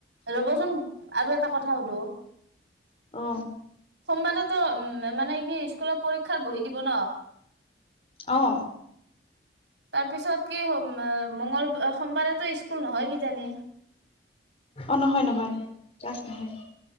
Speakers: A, on the right; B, on the left.
A: ৰবচোন আৰু এটা কথা সুধো
B: অ
A: সোমবাৰেতো উম মানে কি স্কুলত পৰীক্ষাৰ বহি দিব ন
B: আহ
A: তাৰ পিছত কিম মংগল সোমবাৰেতো স্কুল নহয় কিজানি
B: অ নহয় নহয় চাছ নহয়